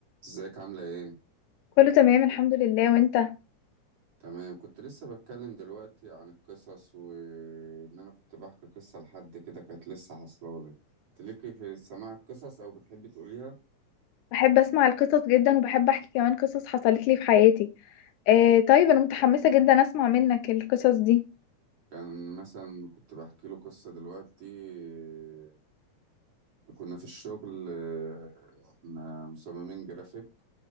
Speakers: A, on the right; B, on the left.
A: ازيك عاملة ايه؟
B: كله تمام الحمد لله وانت
A: تمام كنت لسه بتكلم دلوقتي عن القصص وان انا كنت بحكي قصة لحد كده كانت لسه حصلالي انت ليكي في سماع القصص او بتحبي تقوليها؟
B: بحب اسمع القصص جدا وبحب احكي كمان قصص حصلت لي في حياتي آه طيب انا متحمسة جدا اسمع منك القصص دي
A: يعني مثلا كنت بحكي له قصة دلوقتي آه، كنا في الشغل آه، احنا مصممين جرافيك